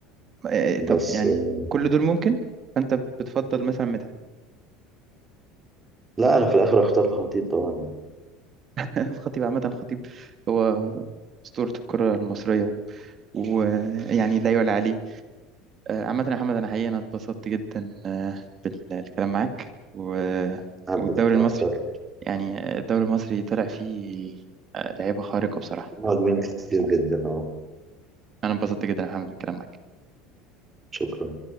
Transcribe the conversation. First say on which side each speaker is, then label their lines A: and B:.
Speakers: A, on the right; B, on the right.
A: آه، طب
B: بس
A: يعني
B: آه،
A: كل دول ممكن فأنت بتفضل مثلا
B: لا انا في الاخر اختار الخطيب طبعا
A: الخطيب عامة الخطيب هو أسطورة الكرة المصرية ويعني لا يعلى عليه آه، عامة يا محمد أنا حقيقة أنا اتبسطت جدا آه، بالكلام معاك و-
B: حبيت
A: والدوري المصري
B: اكتر
A: يعني الدوري المصري طلع فيه آه، لعيبة خارقة بصراحة
B: في مهاجمين كتير جدا اه
A: أنا اتبسطت جدا يا محمد بالكلام معاك
B: شكرا